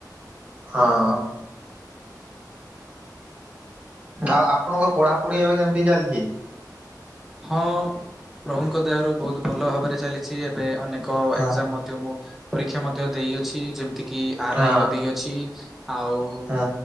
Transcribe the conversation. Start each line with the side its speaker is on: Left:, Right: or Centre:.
Right: ହଁ। ଆଉ ଆପଣଙ୍କ ପଢାପଢି ଏବେ କେମିତି ଚାଲିଛି?
Centre: ହଁ ପ୍ରଭୁଙ୍କ ଦୟାରୁ ବହୁତ ଭଲ ଭାବରେ ଚାଲିଛି ଏବେ ଅନେକ
Right: ହଁ
Centre: ଏକ୍ସାମ୍ ମୁଁ ପରୀକ୍ଷା ମଧ୍ୟ ଦେଇଅଛି ଯେମିତି କି ଆର
Right: ହଁ
Centre: ଆଇ ର ଦେଇଅଛି ଆଉ
Right: ହଁ